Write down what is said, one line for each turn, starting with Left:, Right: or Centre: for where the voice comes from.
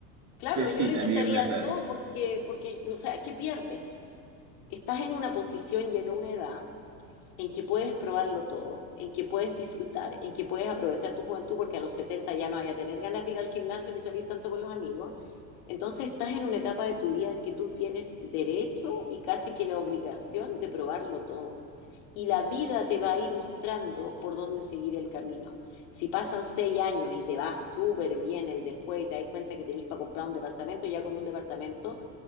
Left: Claro,
Right: Pues
Left: yo
Right: sí,
Left: lo
Right: también
Left: intentaría
Right: es verdad.
Left: todo porque, porque, o sea, ¿qué pierdes? Estás en una posición y en una edad en que puedes probarlo todo, en que puedes disfrutar, en que puedes aprovechar tu juventud, porque a los 70 ya no vaya a tener ganas de ir al gimnasio ni salir tanto con los amigos. Entonces estás en una etapa de tu vida en que tú tienes derecho y casi que la obligación de probarlo todo. Y la vida te va a ir mostrando por dónde seguir el camino. Si pasan seis años y te va súper bien el después y te das cuenta que tenés para comprar un departamento, ya con un departamento